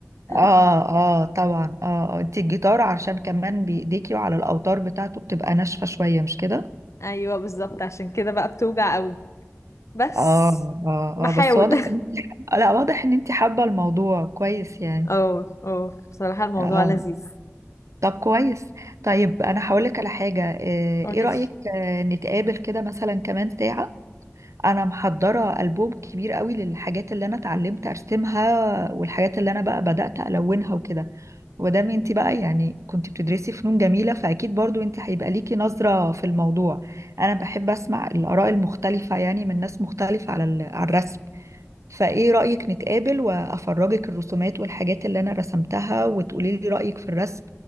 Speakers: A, on the left; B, on the right.
A: <laughs>
B: اه اه طبعا اه آه. انت الجيتار عشان كمان بايديكي وعلى الاوتار بتاعته بتبقى ناشفة شوية مش كده
A: ايوه بالظبط عشان كده بقى بتوجع قوي بس
B: اه اه
A: بحاول
B: اه بس واضح ان <laughs> آه، لا واضح ان انت حابة الموضوع كويس يعني
A: <laughs> اه اه بصراحه الموضوع
B: اه
A: لذيذ
B: طب كويس طيب انا هقولك على حاجة آه،
A: قولي
B: ايه رأيك آه، نتقابل كده مثلا كمان ساعة انا محضرة ألبوم كبير قوي للحاجات اللي انا اتعلمت ارسمها والحاجات اللي انا بقى بدأت الونها وكده ودام انت بقى يعني كنت بتدرسي فنون جميلة فاكيد برضو انت هيبقى ليكي نظرة في الموضوع انا بحب اسمع الآراء المختلفة يعني من ناس مختلفة على ال- على الرسم فايه رأيك نتقابل وافرجك الرسومات والحاجات اللي انا رسمتها وتقولي لي رأيك في الرسم